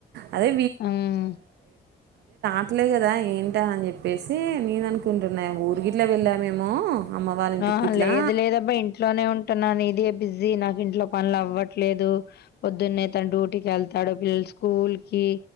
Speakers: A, on the right; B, on the left.
A: అదే
B: అమ్
A: అట్లే కదా ఏంటా అని చెప్పేసి నేనను కుంటున్నా ఊరిగిట్లా వెళ్ళామేమో అమ్మ వాళ్ళ ఇంటికి
B: అహ
A: ఇట్లా
B: లేదు లేదబ్బా ఇంట్లోనే ఉంటున్నాను ఇది బిజీ నాకు ఇంట్లో పనులు అవ్వట్లేదు పొద్దున్నే తన డ్యూటీకి వెళ్తాడు పిల్లలు స్కూల్కి